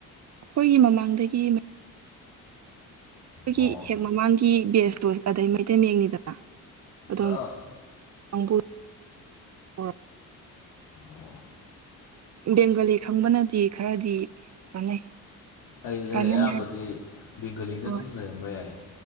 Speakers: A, on the right (about 45°); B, on the left (about 70°).
A: ꯑꯩꯈꯣꯏꯒꯤ ꯃꯃꯥꯡꯗꯒꯤ ꯑꯩꯈꯣꯏꯒꯤ
B: ꯑꯣ
A: ꯍꯦꯛ ꯃꯃꯥꯡꯒꯤ ꯕꯦꯁꯇꯣ ꯑꯗꯩ ꯃꯩꯇꯩ ꯃꯌꯦꯛꯅꯤꯗꯅ ꯑꯗꯨꯗꯝ
B: ꯑꯥ
A: ꯑꯪꯕꯨꯇ <unintelligible>
B: ꯑꯣ
A: ꯕꯦꯡꯒꯂꯤ ꯈꯪꯕꯅꯗꯤ ꯈꯔꯗꯤ ꯀꯥꯟꯅꯩ
B: ꯑꯩ ꯂꯩ
A: ꯀꯥꯟꯅꯩ
B: ꯑꯌꯥꯝꯕꯗꯤ
A: ꯍꯥꯏ
B: ꯕꯦꯡꯒꯂꯤꯗ
A: ꯍꯣꯏ
B: ꯑꯗꯨꯝ ꯂꯩꯔꯝꯕ ꯌꯥꯏ